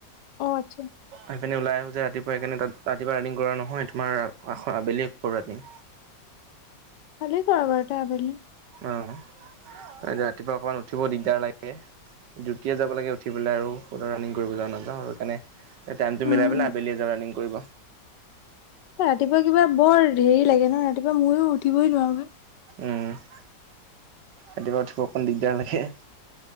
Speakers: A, on the left; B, on the right.
A: অ আচ্ছা।
B: আহিপিনে ওলাই আহোঁ যে ৰাতিপুৱা সেইকাৰনে তাত ৰাতিপুৱা ৰানিং কৰা নহয় তোমাৰ আ আবেলি কৰোঁ ৰাণিং।
A: খালি কোৱাবাৰতা আবেলি।
B: অ ৰাতিপুৱা অকমান উঠিব দিগদাৰ লাগে। ডিউটিয়ে যাব লাগে উঠি পেলাই আৰু কটা ৰাণনিং কৰিব যাওঁ নায়াওঁ সেইকাৰণে- টাইমটো
A: উম,
B: মিলাই পেলায় আবেলিয়ে যাওঁ ৰানিং কৰিব।
A: ৰাতিপুৱা কিবা বৰ হেৰি লাগে ন ৰাতিপুৱা ময়ো উঠিবই নোৱাৰো।
B: উম, ৰাতিপুৱা উঠিব অকমান দিগদাৰ লাগে।